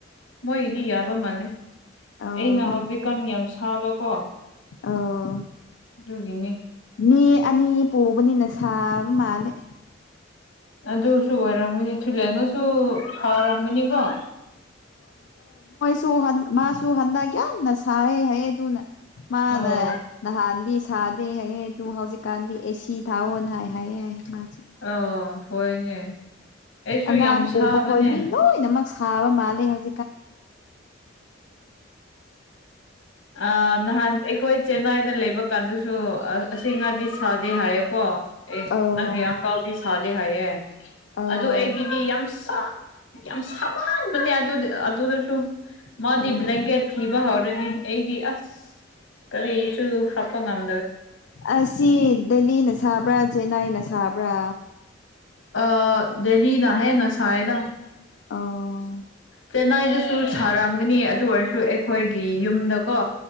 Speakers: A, on the left; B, on the left.
A: ꯃꯣꯏꯒꯤꯗꯤ ꯌꯥꯕ ꯃꯥꯜꯂꯦ꯫
B: ꯑꯣ
A: ꯑꯩꯅ ꯍꯧꯖꯤꯛꯀꯥꯟ ꯌꯥꯝ ꯁꯥꯕꯀꯣ꯫
B: ꯑꯣ꯫
A: ꯗꯨꯒꯤꯅꯦ꯫
B: ꯃꯤ ꯑꯅꯤ ꯄꯨꯕꯅꯤꯅ ꯁꯥꯕ ꯃꯥꯜꯂꯦ꯫
A: ꯑꯗꯨꯁꯨ ꯑꯣꯏꯔꯝꯒꯅꯤ ꯊꯤꯜꯂꯦꯟ ꯅꯣꯏꯁꯨ ꯁꯥꯔꯝꯒꯅꯤꯀꯣ꯫
B: ꯇꯣꯍꯟ ꯃꯥꯁꯨ ꯍꯟꯗꯛ ꯌꯥꯝꯅ ꯁꯥ ꯍꯥꯏꯌꯦ ꯇꯨꯅ ꯃꯥꯅ
A: ꯑꯣ
B: ꯅꯍꯥꯟꯗꯤ ꯊꯥꯗꯦ ꯍꯥꯏꯑꯦ ꯑꯗꯨ ꯍꯧꯖꯤꯛꯀꯥꯟꯗꯤ ꯑꯦꯁꯤ ꯊꯥꯛꯑꯣꯅ ꯍꯥꯏ ꯍꯥꯏꯑꯦ ꯍꯥꯏꯌꯦ ꯃꯥ
A: ꯑꯧ ꯍꯣꯏꯅꯦ꯫ ꯑꯩꯁꯨ
B: ꯑꯉꯥꯡ
A: ꯌꯥꯝ
B: ꯄꯨꯕ
A: ꯁꯥꯕꯅꯦ
B: ꯈꯣꯏ ꯃꯤ ꯂꯣꯏꯅꯃꯛ ꯁꯥꯕ ꯃꯥꯜꯂꯦ ꯍꯧꯖꯤꯛ
A: ꯑ ꯅꯍꯥꯟ ꯑꯩꯈꯣꯏ꯫ ꯆꯦꯟꯅꯥꯏꯗ ꯂꯩꯕ ꯀꯥꯟꯗꯁꯨ ꯑꯁꯦꯡ ꯉꯥꯗꯤ ꯁꯥꯗꯦ ꯍꯥꯏꯌꯦꯀꯣ꯫ ꯑꯦ
B: ꯑꯧ
A: ꯅꯪꯒꯤ ꯑꯪꯀꯥꯜꯗꯤ ꯁꯥꯗꯦ ꯍꯥꯏꯌꯦ
B: ꯑꯧ
A: ꯑꯗꯨ ꯑꯩꯒꯤꯗꯤ ꯌꯥꯝ ꯁꯥ ꯌꯥꯝ ꯁꯃꯥꯟꯕꯅꯦ ꯑꯗꯨꯗ ꯑꯗꯨꯗꯁꯨ ꯃꯥꯗꯤ
B: ꯑꯧ
A: ꯕ꯭ꯂꯦꯡꯀꯦꯠ ꯕ ꯍꯧꯎꯔꯅꯤ ꯑꯩꯗꯤ ꯑꯁ ꯀꯔꯤꯁꯨ ꯍꯥꯞꯄ ꯉꯝ
B: ꯑꯁꯤ ꯗꯦꯜꯂꯤꯅ ꯁꯥꯕ꯭ꯔꯥ ꯆꯦꯟꯅꯥꯏꯅ ꯁꯥꯕ꯭ꯔꯥ꯫
A: ꯑ ꯗꯦꯜꯂꯤꯅ ꯍꯦꯟꯅ ꯁꯥꯌꯦꯗ꯫
B: ꯑꯣ
A: ꯆꯦꯟꯅꯥꯏꯗꯁꯨ ꯁꯥꯔꯝꯒꯅꯤ ꯑꯗꯨ ꯑꯣꯏꯔꯁꯨ ꯑꯩꯈꯣꯏꯒꯤ ꯌꯨꯝꯗꯀꯣ꯫